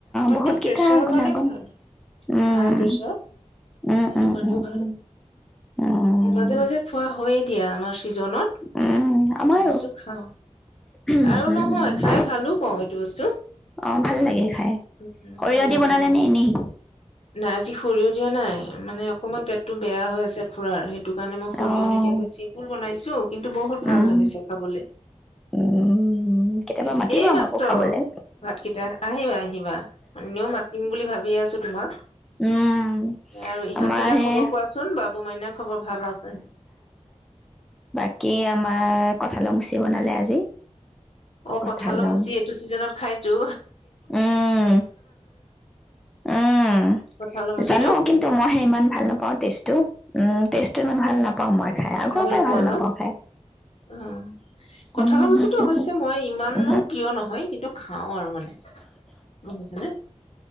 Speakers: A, on the left; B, in the centre.
A: পাতটো
B: বহুত
A: প্ৰেছাৰৰ
B: কেইটা গুণাগুণ।
A: কাৰণেও ভাল
B: উম,
A: হাই প্ৰেচাৰ সেইটো
B: উম, উম,
A: কাৰণেও
B: উম,
A: ভাল
B: উম, উম।
A: মাজে মাজে খোৱা হৈ এতিয়া আমাৰ চিজনত
B: উম,
A: এইটো
B: আমাৰো
A: বস্তু খাওঁ
B: উম,
A: আৰু
B: উম।
A: নহয় খাই ভালো পাওঁ এইটো বস্তু
B: অ ভাল লাগে খাই
A: উম
B: সৰিয়হ
A: খাই ভাল
B: দি বনালে
A: পাওঁ মানে
B: নে এনেই
A: নাই আজি সৰিয়হ দিয়া নাই মানে অকণমান পেটটো বেয়া হৈ আছে খুৰাৰ সেই সেইটো কাৰণে মই সৰিয়হ
B: অ'
A: নিদিয়াকৈ চিম্পুল বনাইছো কিন্তু বহুত ভাল
B: উম,
A: হৈছে খাবলৈ
B: উম, কেতিয়াবা
A: তাপিছত
B: মাতিবা
A: এই
B: আমাকো
A: মাত্ৰ
B: খাবলে।
A: ভাতকেইটা আহিবা আহিব কিবা এনেও মাতিম বুলি ভাবি আছো তোমাক
B: উম,
A: আৰু ইহঁতকেইটা
B: আমাৰ সেই
A: খবৰ কোৱাচোন বাবু মাইানাৰ খবৰ ভাল আছে
B: বাকী আমাৰ কঁঠালৰ মুচি বনালে আজি
A: অ
B: কঁঠালৰ
A: কঁঠাল মুচি এইটো চিজনত খাই জো
B: উম, উম,
A: কঁঠালৰ মুচিটো
B: জানোঁ কিন্তু, মইহে ইমান ভাল নাপাওঁ, টেষ্টটো উম। টেষ্টটো ইমান ভাল নাপাওঁ
A: উম,
B: মই খাই, আগৰ
A: ভাল
B: পৰাই
A: নোপোৱা
B: নাপাওঁ
A: ন?
B: খাই।
A: অ',
B: উম,
A: কঁঠালৰ মুচিটোৰ
B: হু, হু,
A: অৱশ্যে
B: হু,
A: মই ইমানো
B: উহু,
A: প্ৰিয় নহয়, কিন্তু খাওঁ আৰু মানে। বহিছেনে?